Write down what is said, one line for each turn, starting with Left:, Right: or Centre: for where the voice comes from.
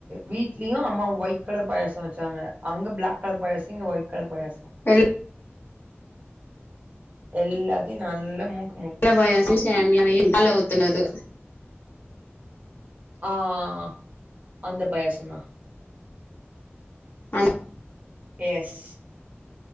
Right: வீட்லயு அம்மா ஒயிட் கலர் பாயசம் வச்சாங்க அங்க பிளாக் கலர் பாயாச இங்க ஒயிட் கலர் பாயாசம்
Left: வெள்ள
Right: எல்லாத்தையு நல்ல மூக்
Left: எல்லா பாயாசயு சேமியாவையு பாலு ஊத்துனது
Right: ஆஹ அந்த பாயச தா
Left: ஆன
Right: எஸ்